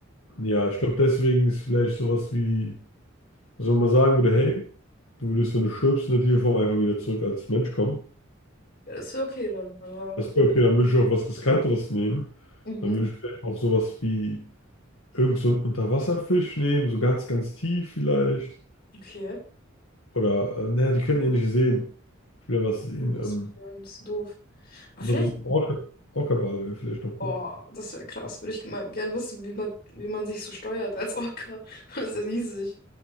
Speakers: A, on the left; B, on the left.
A: ja, ich glaube, deswegen ist vielleicht sowas wie... Also wenn man sagen würde, hey, du würdest, wenn du stirbst, in der Tierform einfach wieder zurück als Mensch kommen.
B: Ja, das wäre okay dann, aber
A: Weißt du, okay, dann würde ich auch was Riskanteres nehmen.
B: Mhm.
A: Dann würde ich vielleicht auch sowas wie irgend so einen Unterwasserfisch nehmen, so ganz, ganz tief vielleicht.
B: okay.
A: Oder, äh, naja, die können ja nicht sehen. Wieder was sehen.
B: Hm, Das
A: Ähm,
B: ist dann ein bisschen doof. Aber
A: aber
B: vielleicht,
A: so ein Orca, Orca-Wal wäre vielleicht noch
B: boah
A: cool.
B: das wäre krass. Würde ich mal gern wissen, wie man, wie man sich so steuert als Orca. <laughs> Das ist ja riesig.